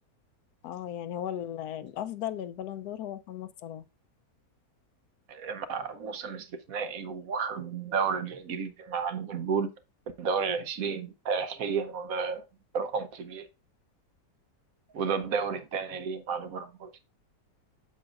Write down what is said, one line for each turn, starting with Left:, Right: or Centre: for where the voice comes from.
Left: اه يعني هو ال- الافضل للبالون دور هو محمد صلاح
Right: آه، مع موسم استثنائي واخد الدوري الإنجليزي مع ليفربول الدوري العشرين تاريخيا وده رقم كبير وده الدوري الثاني ليه مع ليفربول